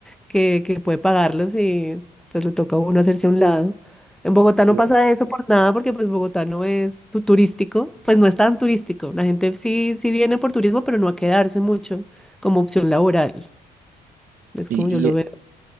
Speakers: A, in the centre; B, on the right.
A: que, que puede pagarlos y pues le toca a uno hacerse a un lado. En Bogotá no
B: claro.
A: pasa eso por nada porque pues Bogotá no es tu- turístico, pues no es tan turístico. La gente sí, sí viene por turismo, pero no a quedarse mucho como opción laboral. Es
B: Y,
A: como yo lo
B: y, eh,
A: veo.